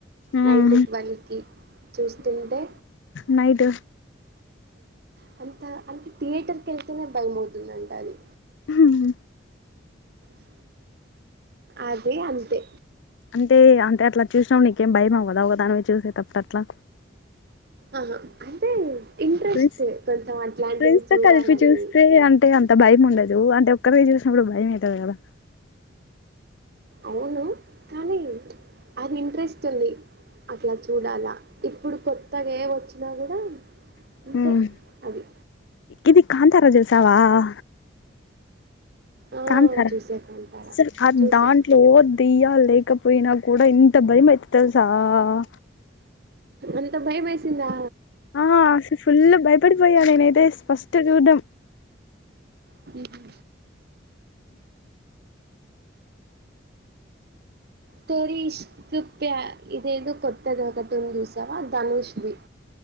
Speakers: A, on the left; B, on the right.
A: మ్మ్
B: నైట్ ట్వలికి చూస్తుంటే
A: నైట్‌
B: హఅంత అంటే థియేటర్కిళ్తేనే భయమవుతుందంట అది
A: హుమ్
B: స్ అదిఅంతే
A: అంటే అంతఅట్లా చూసినప్పుడునీకేం భయం అవ్వద ఒక'దానిని చూసేటప్పుడు అట్లా
B: ఆహా అంటే ఇంట్రెస్ట్
A: ప్రెన్స్.
B: కొంచెం అట్లాంటివి
A: ఫ్రెన్స్ తో
B: చూడాలని
A: కలిపి చూస్తే అంటే అంత భయం ఉండదు అంటే ఒక్కదె చూసి నప్పుడుభయంఅయిత దికదా కానీ
B: అవును కానీ అది ఇంట్రెస్ట్ ఉంది అట్లా చూడాల ఇప్పుడు కొత్తగా ఏ వచ్చిం 'ది అయిన అంతే
A: ఉమ్
B: అది
A: ఇది కాంతారా చూసావా హా
B: ఆ
A: కాంతారా
B: చూసా కాంతారా
A: అసలు ఆ
B: చూసా
A: దాంట్లో దయ్యలేకపోయినా కూడా ఇంత బయమియేతది తెలుసా హ
B: అంత బయమేసిందా
A: ఆఅస్ ఫుల్ భయపడిపోయానేనైతే ఫస్ట్ చూడ్డం
B: హుమ్ తెరిష్కు క్యాఇదే ఏదో కొత్తద ఒక కటూంది చూసావా ధనుష్ ది